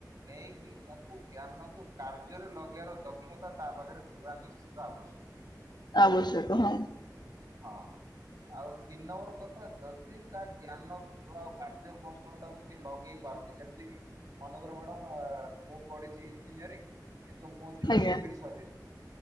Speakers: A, on the right; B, on the left.
A: ନେଇକି ତାକୁ ଜ୍ଞାନକୁ କାର୍ଯ୍ୟରେ ଲଗେଇର ଦକ୍ଷତା ତା ପାଖରେ ଥିବା ନିଶ୍ଚି ସେତ ଅବଶ୍ୟକ।
B: ଆବଶ୍ୟକ ହଁ
A: ହଁ ଆଉ ତିନି ନମ୍ବର କ ଯଦି ତା ଜ୍ଞାନ ଆଉ କାର୍ଯ୍ୟ କୌଶଳ ତାକୁ ସିଏ ଲଗେଇ ପାରୁନି ଯେମିତି କିି ମନେକର ମ୍ୟାଡ଼ମ୍ ପଢିଛି ଇଞ୍ଜିନିୟରିଂ କିନ୍ତୁ ମୁଁ ଯିବି
B: ଆଜ୍ଞା।
A: ସିଭିଲ୍ ସର୍ଭିସ୍